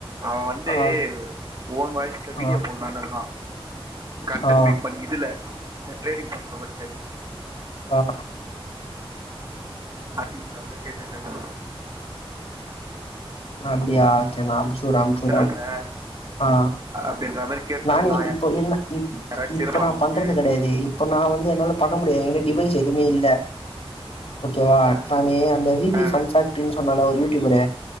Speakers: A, on the right; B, on the left.
A: அவ வந்து
B: ஆ
A: ஓன் வாய்ஸ்ல
B: ஆ
A: வீடியோ போட்லான் இருக்கா கண்டன்ட்
B: ஆ
A: மேக் பண்ணி இதுல இந்த ட்ரேடிங் சம்பந்தப்பட்டு
B: ஆஹ்
A: ஆக்டிங்காக கேட்டுட்ருக்கா
B: அப்டியா சர் நா அம்சூர அம்சூர
A: இல்லை
B: ஆஹ்
A: அப்படின்ற மாதிரி கேட்டோம்னா
B: நானே இப்போ என்ன இப்
A: யாராச்சும்
B: இப்ப
A: இருப்பாங்களான்னு
B: நா பண்றது கெடையாது இப்ப நா வந்து என்னால பண்ண முடியாத் எங்கிட் டிவைஸ் எதுமே இல்ல ஓ கேவா
A: ஆ
B: நானு அந்த வி
A: ஆ
B: பி ஃபன் ஃபேக்ட்ரின் சொன்னல ஒரு யூடியூபரு